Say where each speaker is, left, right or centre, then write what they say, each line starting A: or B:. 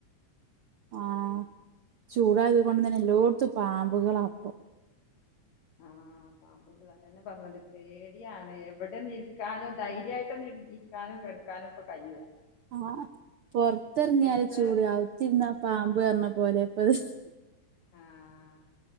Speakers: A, on the right; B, on the left.
A: ആഹ് ചൂടായത് കൊണ്ട് തന്നെ എല്ലോട്ത്തും പാമ്പുകളാ ഇപ്പോ
B: ആഹ് പാമ്പുകളാ അതന്നെ ഇ പ്പറഞ്ഞത് പേടിയാണ് എവിടെ ഇരിക്കാനും ധൈര്യായിട്ടൊന്ന് ഇരി ഇരിക്കാനും കെടക്കാനും ഇപ്പ കഴിയൂല്ല
A: ആഹ് പൊറത്തറങ്ങിയാല്
B: എത്ര
A: ചൂട് ഔത്തിരുന്ന പാമ്പ് പറഞ്ഞ പോലെ ഇപ്പത്
B: ആഹ്